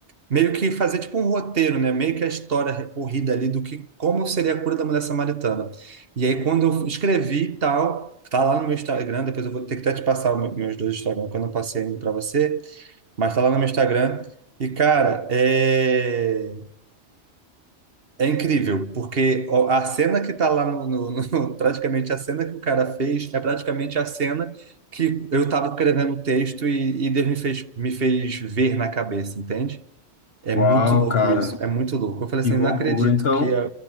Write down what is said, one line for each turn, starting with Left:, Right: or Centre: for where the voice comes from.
Right: meio que fazer tipo um roteiro, né? Meio que a história recorrida ali do que como seria a cura da mulher samaritana. E aí quando eu escrevi e tal, tá lá no meu Instagram, depois eu vou ter que até te passar o meu- meus dois Instagram, que eu não passei ainda para você, mas tá lá no meu Instagram. E cara, é é incrível, porque ó, a cena que tá lá no, no- <laughs> no- praticamente a cena que o cara fez é praticamente a cena que eu tava escrevendo o texto e, e Deus me fez me fez ver na cabeça, entende? É
Left: Uau,
Right: muito louco
Left: cara,
Right: isso, é muito louco. Eu falei
Left: que
Right: assim,
Left: loucura.
Right: não acredito
Left: Então,
Right: que é,